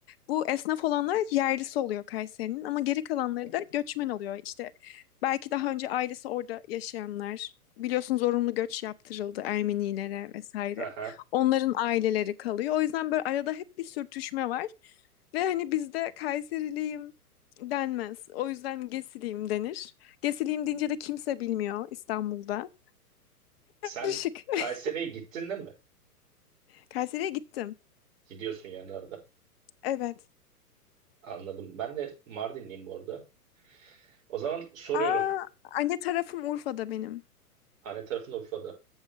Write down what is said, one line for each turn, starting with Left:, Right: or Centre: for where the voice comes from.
Left: Bu esnaf olanlar yerlisi oluyor Kayseri'nin ama geri kalanları da göçmen oluyor. İşte belki daha önce ailesi orada yaşayanlar biliyorsun zorunlu göç yaptırıldı Ermenilere vesaire.
Right: Aha.
Left: Onların aileleri kalıyor. O yüzden böyle arada hep bir sürtüşme var. Ve hani bizde Kayseriliyim denmez. O yüzden Gesiliyim denir. Gesileyim deyince de kimse bilmiyor İstanbul'da.
Right: Sen
Left: Karışık. <laughs>
Right: Kayseri'ye gittin değil mi?
Left: Kayseri'ye gittim.
Right: Gidiyorsun yani arada.
Left: Evet.
Right: Anladım. Ben de Mardinliyim bu arada. O zaman soruyorum.
Left: Aa, anne tarafım Urfa'da benim.
Right: Anne tarafın Urfa'da.